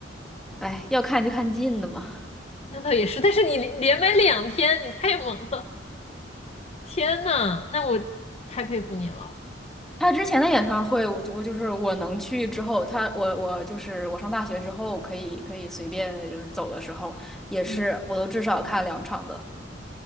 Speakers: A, in the centre; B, on the left (about 35°).
A: 哎，要看就看近的嘛。
B: 那倒也是，但是你连连买两天，你太猛了！天呐，那我太佩服你了。
A: 他之前的演唱会，我就我就是我能去之后，他我我就是我上大学之后可以可以随便就是走的时候，也是我都至少看两场的。
B: 嗯，